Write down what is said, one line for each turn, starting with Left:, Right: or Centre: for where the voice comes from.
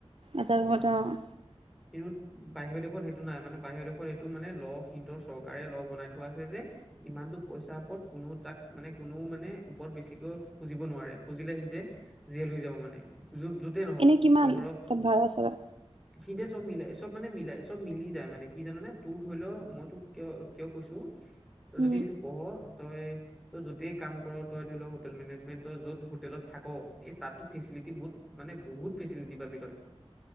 Right: এটা ৰোমত অ',
Centre: কিন্তু বাহিৰৰ দেশত সেইটো নাই মানে বাহিৰৰ দেশত সেইটো মানে ল' সিনটৰ চৰকাৰে ল' বনাই থোৱা আছে যে ইমানতো পইচাৰ ওপৰত কোনো তাক মানে কোনো মানে ওপৰত বেছিকৈ খুজিব নোৱাৰে খুজিলে সিহঁতে জেইল হৈ যাব মানে, য য'তেই নহওক
Right: এনে কিমান
Centre: চহৰত।
Right: তাত ভাড়া চাড়া
Centre: সিহঁতে চব মিলাই, চব মানে মিলাই, চব মিলি যায় মানে কি জান'নে তোৰ ধৰি ল' মই তোক কিয় কিয় কৈছো তই যদি
Right: উম
Centre: সেইটো পঢ় তই-তই যতেই কাম ক'ৰ, তই ধৰি ল' হোটেল মেনেজমেন্ট তই য'ত হোটেলত থাক এই তাতো ফেচি লিটী বহুত মানে বহুত ফেচিলিটী পাবি তই।